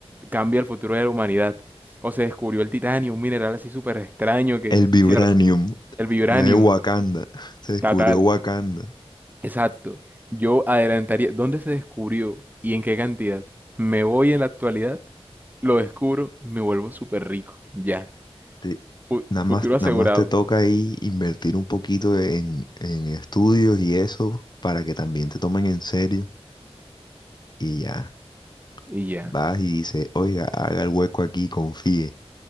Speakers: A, on the right; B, on the left.
A: cambia el futuro de la humanidad. O se descubrió el titanio, un mineral así súper extraño que,
B: El vibranium
A: cierto, el vibranium,
B: de Wakanda. <laughs> Se descubrió
A: total.
B: Wakanda.
A: Exacto. Yo adelantaría, ¿dónde se descubrió y en qué cantidad? Me voy en la actualidad, lo descubro, me vuelvo súper rico. Ya.
B: Te-
A: Fu-
B: nada
A: futuro
B: más,
A: asegurado.
B: nada más te toca ahí invertir un poquito en, en estudios y eso para que también te tomen en serio. Y ya.
A: Y ya.
B: Vas y dices, oiga, haga el hueco aquí, confíe.